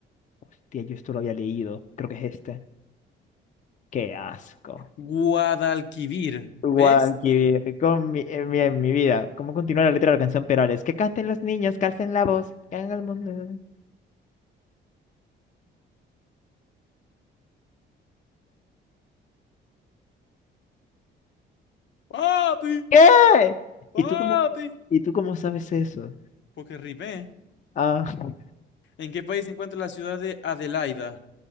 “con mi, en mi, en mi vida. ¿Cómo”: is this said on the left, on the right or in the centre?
Left